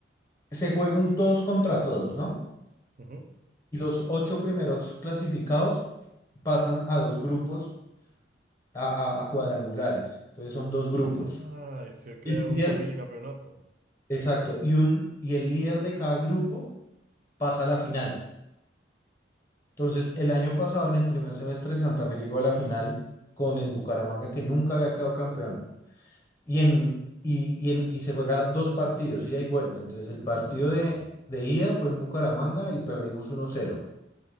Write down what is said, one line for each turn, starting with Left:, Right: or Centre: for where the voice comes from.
Left: Se juega un todos contra todos, ¿no?
Right: Ujú.
Left: y los ocho primeros clasificados pasan a dos grupos, a, a- a cuadrangulares. Entonces son dos grupos.
Right: Ah, y se crea
Left: El líder,
Right: un mini campeonato.
Left: Exacto. Y, un, y el líder de cada grupo pasa a la final. Entonces, el año pasado, en el primer semestre, Santa Fe llegó a la final con el Bucaramanga, que nunca había quedado campeón. Y, en, y, y, en- y se juega dos partidos, ida y vuelta. Entonces, el partido de, de ida fue en Bucaramanga y perdimos uno cero